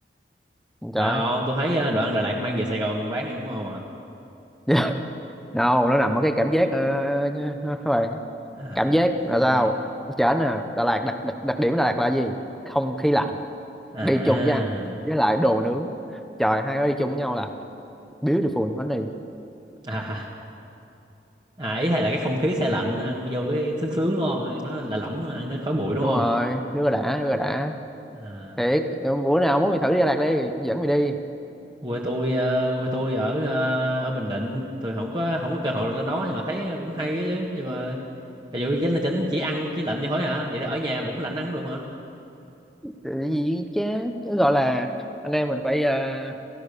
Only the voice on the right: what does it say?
phải
không? Tôi thấy ờ, đoạn Đà Lạt mang về Sài Gòn bán ăn đúng không
à
cảm
giác
à
à à à, ý thầy là cái không khí xe lạnh ăn vô cái sướng sướng đúng không ăn nó là lẫm ăn nó khói bụi đúng
không
à
quê tôi ờ, quê tôi ở ờ, ở Bình Định tôi không có không có cơ hội được lên đó nhưng mà thấy cũng hay á chứ nhưng mà ví dụ như chính là chính chỉ ăn chỉ lạnh vậy thôi hả vậy thì ở nhà bụng lạnh ăn cũng được mà